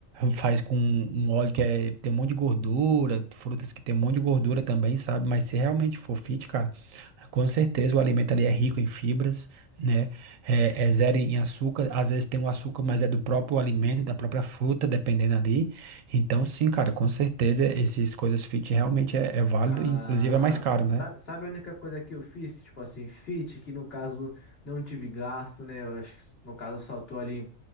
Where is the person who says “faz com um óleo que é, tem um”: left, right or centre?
Right